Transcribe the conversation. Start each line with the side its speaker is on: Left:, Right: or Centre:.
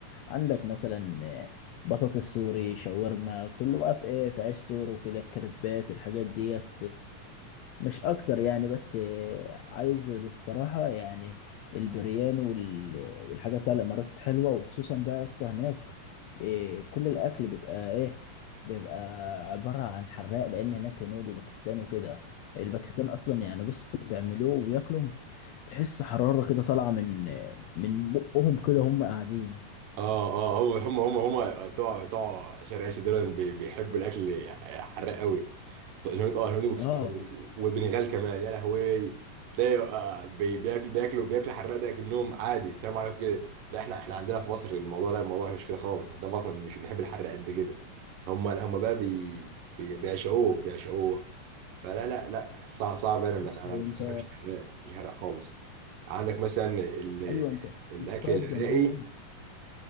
Left: عندك مثلا بطاطس سوري شاورما كله بقى في ايه في عيش سوري وكده الكريبات الحاجات ديت مش اكتر يعني بس آه، عايز الصراحه يعني البريان وال... والحاجه بتاع الامارات حلوه وخصوصا بقى يا اسطى هناك آه، كل الاكل بيبقى ايه بيبقى عباره عن حراق لان هناك هنود وباكستان وكده الباكستان اصلا يعني بص بيعملوه وياكلوا تحس حراره كده طالعه من آه، من بقهم كده هم قاعدين
Right: اه اه هو هم هم هم بتوع بتوع شرق اسيا دول بي- بيحبوا الاكل حراق قوي الهنود اه الهنود وباكستان
Left: اه
Right: وبنغال كمان يا لهوي تلاقي آه بي- بياكل بياكلوا بياكلوا حراق ده كأنهم عادي سلام عليكم كده لا احنا احنا عندنا في مصر الموضوع لا الموضوع مش كده خالص عندنا في مصر مش بنحب الحراق قد كده هم هم بقى بي بي- بيعشقوه بيعشقوه فلا لا لا صعب صعب انا ما-
Left: بص
Right: انا
Left: انت
Right: ما بحبش الحراق مش حراق خالص عندك مثلا ال-
Left: ايوه انت
Right: الاكل
Left: انت تقعد
Right: العراقي
Left: جنبهم